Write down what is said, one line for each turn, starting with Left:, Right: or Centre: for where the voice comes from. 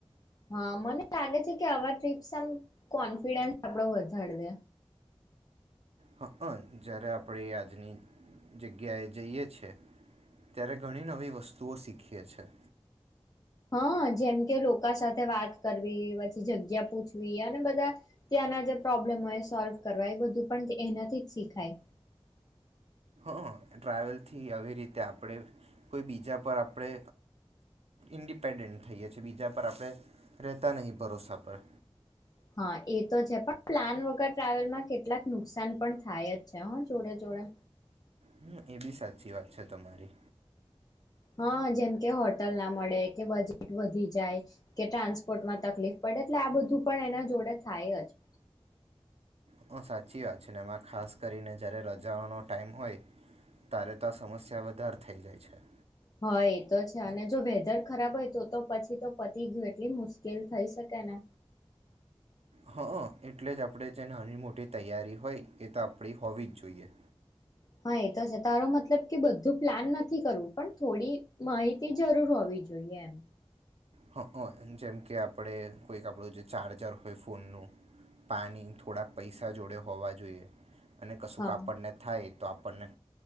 Left: હા, મને લાગે છે કે આવા ટ્રીપ્સ આમ કોન્ફિડન્સ આપડો વધારે દે.
Right: હ, જ્યારે આપણે આજની જગ્યાએ જઈએ છે, ત્યારે ઘણી નવી વસ્તુઓ શીખીએ છે.
Left: હા, જેમ કે લોકો સાથે વાત કરવી, પછી જગ્યા પૂછવી, અને બધા ત્યાંના જે પ્રોબ્લેમ હોય, સોલ્વ કરવા-એ બધું પણ એનાથી જ શીખાય.
Right: હ, ટ્રાવેલથી આવી રીતે આપણે કોઈ બીજા પર. આપણે ઇન્ડિપેન્ડન્ટ થઈએ છીએ. બીજા પર આપણે રહેતા નહીં, ભરોસા પર.
Left: હા, એ તો છે, પણ પ્લાન વગર ટ્રાવેલમાં કેટલાક નુકસાન પણ થાય જ છે, હા, જોડે જોડે.
Right: હમ, એ બી સાચી વાત છે તમારી.
Left: હા, જેમ કે હોટલ ના મળે, કે બજેટ વધી જાય, કે ટ્રાન્સપોર્ટમાં તકલીફ પડે, એટલે આ બધું પણ એના જોડે થાય જ.
Right: હ, સાચી વાત છે ને. એમાં ખાસ કરીને જયારે રજાઓનો ટાઈમ હોય, ત્યારે તો આ સમસ્યા વધારે થઈ જાય છે.
Left: હા, એતો છે, અને જો વેધર ખરાબ હોય, તો તો પછી તો પતી ગયું! એટલી મુશ્કેલ થઈ શકે ને?
Right: હં, એટલે જ આપણે જે નાની-મોટી તૈયારી હોય, એ તો આપણી હોવી જ જોઈએ.
Left: હા, એ તો છે. તારો મતલબ કે બધું પ્લાન નથી કરવું, પણ થોડી માહિતી જરૂર હોવી જોઈએ, એમ?
Right: હ, જેમ કે આપણે કોઈક આપણું જે ચાર્જર હોય ફોનનું, પાણી, થોડાક પૈસા-જોડે હોવા જોઈએ. અને કશું
Left: હા
Right: કાપડને થાય. તો આપણને